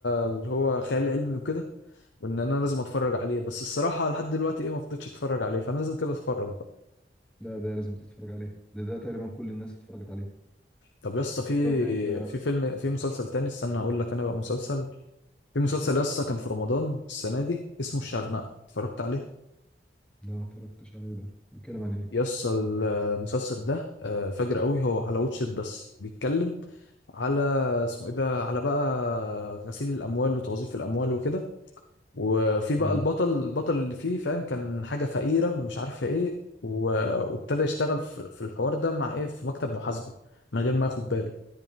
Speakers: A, on the left; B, in the centre.
A: اللي هو خيال علمي وكده وان انا لازم اتفرج عليه بس الصراحة لحد دلوقتي ايه ما فضلتش اتفرج عليه فانا لازم كده اتفرج بقى
B: لا ده لازم تتفرج عليه ده ده تقريبا كل الناس اتفرجت عليه
A: طب يس في
B: طب انت
A: في فيلم في مسلسل تاني استنى اقول لك انا بقى مسلسل في مسلسل يس كان في رمضان السنة دي اسمه الشرنقة اتفرجت عليه
B: لا ما اتفرجتش عليه ده بيتكلم عن ايه؟
A: يس المسلسل ده آه، فجر قوي هو على واتشت بس بيتكلم على اسمه ايه ده على بقى غسيل الاموال وتوظيف الاموال وكده وفي بقى
B: امم
A: البطل البطل اللي فيه فاهم كان حاجه فقيره ومش عارفه ايه و- وابتدى يشتغل في في الحوار ده مع ايه في مكتب محاسبه من غير ما ياخد باله